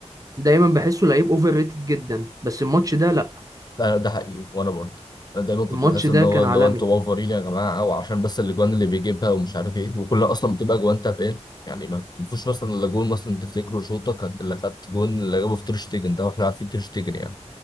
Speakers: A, on the right; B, on the left.
A: دايما بحسه لعيب اوفر ريتد جدا بس الماتش ده لا
B: ده ده حقيقي وانا برضه انا دايما كنت
A: الماتش
B: بحس
A: ده
B: ان هو
A: كان
B: اللي
A: عالمي
B: هو انتوا اوفرين يا جماعه او عشان بس الاجوان اللي بيجيبها ومش عارف ايه وكلها اصلا بتبقى اجوان تابين يعني ما ما فيش مثلا الا جون مثلا تفتكروا شوطه كانت اللي كانت جون اللي جابه في تير شتيجن ده واحنا عارفين تير شتيجن يعني